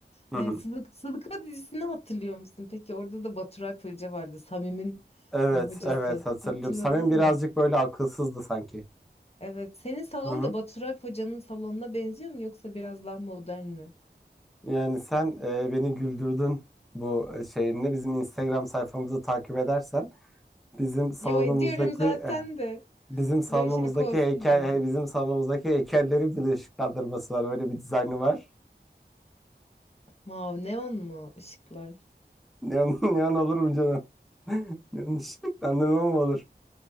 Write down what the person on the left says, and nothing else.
E,
Sıdık, Sıdıka dizisini hatırlıyor musun? Peki orada da Baturay Hoca vardı, Samim'in
e, hocası.
Hatırladın
mı?
Evet, senin salon
da Baturay Hoca'nın salonuna benziyor mu yoksa biraz daha modern mi?
Yo ediyorum zaten
de
böyle şaka olsun
diye.
Vav neon mu ışıklar?